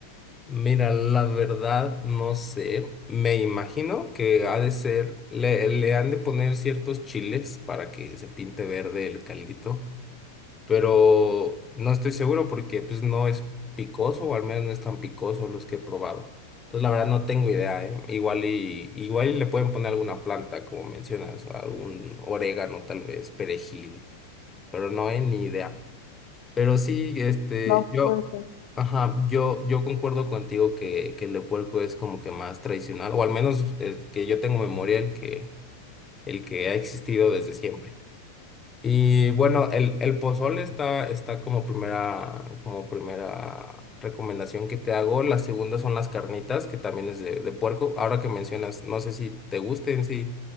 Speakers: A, on the left; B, on the left.
A: Mira, la verdad no sé. Me imagino que ha de ser, le, le han de poner ciertos chiles para que se pinte verde el caldito, pero no estoy seguro porque pues no es picoso o al menos no es tan picoso los que he probado. Entonces la verdad no tengo idea, ¿eh? Igual y, igual y le pueden poner alguna planta, como mencionas, algún orégano tal vez, perejil, pero no, he ni idea. Pero sí, este,
B: No
A: yo,
B: puede ser.
A: ajá, yo, yo concuerdo contigo que, que el de puerco es como que más tradicional, o al menos eh, que yo tengo memoria el que, el que ha existido desde siempre. Y bueno, el, el pozole está, está como primera, como primera recomendación que te hago. La segunda son las carnitas, que también es de, de puerco. Ahora que mencionas, no sé si te gusten sí